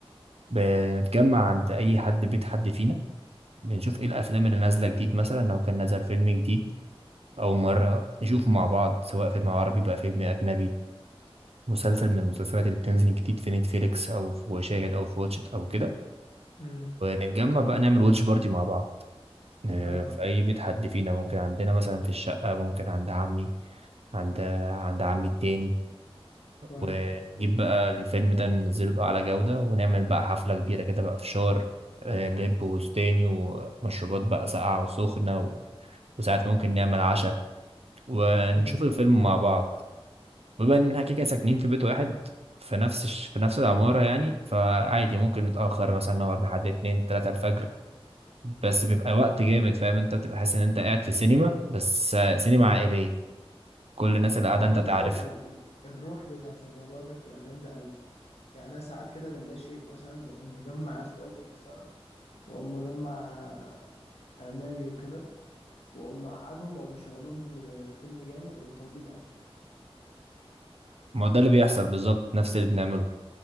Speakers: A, on the right; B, on the left.
A: بنتجمع عند اي حد بيت حد فينا بنشوف ايه الافلام اللي نازلة جديد مثلا لو كان نزل فيلم جديد أول مرة نشوفه مع بعض سواء فيلم عربي بقى فيلم أجنبي مسلسل من المسلسلات اللي بتنزل جديد في نتفليكس أو في وشاهد أو في واتشت أو كده
B: امم
A: ونتجمع بقى نعمل واتش بارتي مع بعض آه،
B: اه
A: في أي بيت حد فينا ممكن عندنا مثلا في الشقة ممكن عند عمي عند عند عمي التاني
B: كويس
A: ونجيب
B: حلو
A: بقى الفيلم ده ننزله بقى على جودة ونعمل بقى حفلة كبيرة كده بقى فشار آه، لب وستاني ومشروبات بقى ساقعة وسخنة و- وساعات ممكن نعمل عشاء ونشوف
B: امم
A: الفيلم مع بعض وبما ان احنا كده كده ساكنين في بيت واحد في نفس الش- في نفس العمارة يعني فعادي ممكن نتأخر مثلا نقعد لحد اتنين تلاتة الفجر بس بيبقى وقت جامد فاهم انت بتبقى حاسس ان انت قاعد في سينما بس آه، سينما عائلية كل الناس اللي قاعدة
B: وعامة
A: انت تعرفها
B: ال- ال- ال- الروح بتاعت الموضوع ده بتبقى جامدة قوي يعني أنا ساعات كده من لا شيء مثلا بقوم مجمع إخواتي مثلا وأقوم مجمع عمامي وكده وأقوم أقعدهم وأقوم مشغلهم فيلم جامد ونقوم طالبين أكل مثلا
A: ما هو ده اللي بيحصل بالظبط نفس اللي بنعمله